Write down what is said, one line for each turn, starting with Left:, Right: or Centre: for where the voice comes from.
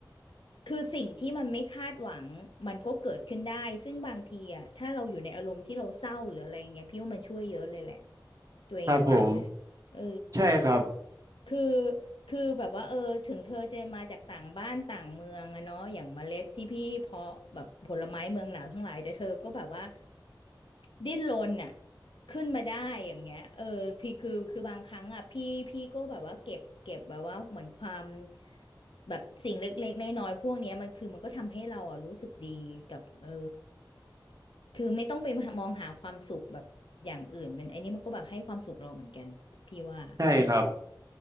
Left: คือสิ่งที่มันไม่คาดหวังมันก็เกิดขึ้นได้ซึ่งบางทีอ่ะถ้าเราอยู่ในอารมณ์ที่เราเศร้าหรืออะไรเงี้ยพี่ว่ามันช่วยเยอะเลยแหละตัวเองว่าไหม
Right: ครับผม
Left: เออ
Right: ใช่ครับ
Left: คือคือแบบว่าเออถึงเธอจะมาจากต่างบ้านต่างเมืองอะเนาะอย่างเมล็ดที่พี่เพาะแบบผลไม้เมืองหนาวทั้งหลายแต่เธอก็แบบว่าดิ้นรนอะ ขึ้นมาได้อย่างเงี้ยเออพี่คือคือบางครั้งอ่ะพี่พี่ก็แบบว่าเก็บเก็บแบบว่าเหมือนความแบบสิ่งเล็กๆน้อยๆพวกเนี้ยมันคือมันก็ทำให้เราอ่ะรู้สึกดีกับเออคือไม่ต้องไปมองหาความสุขแบบอย่างอื่นมันอันนี้มันก็แบบให้ความสุขเราเหมือนกันพี่ว่าอืม
Right: ใช่ครับ